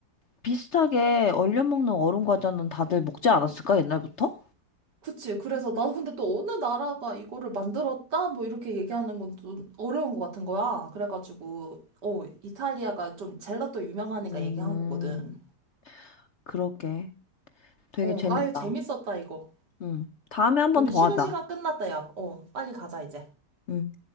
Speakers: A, on the left; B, on the right.
A: 비슷하게 얼려 먹는 얼음 과자는 다들 먹지 않았을까, 옛날부터?
B: 그치, 그래서 나도 근데 또 어느 나라가 이거를 만들었다? 뭐 이렇게 얘기하는 건 좀 어려운 것 같은 거야. 그래가지고, 어, 이탈리아가 좀 젤라또 유명하니까
A: 음,
B: 얘기한 거거든.
A: 그렇게. 되게
B: 어,
A: 재밌다.
B: 아유, 재밌었다, 이거.
A: 응. 다음에 한 번
B: 우리
A: 더
B: 쉬는
A: 하자.
B: 시간 끝났다, 야. 어, 빨리 가자, 이제.
A: 응.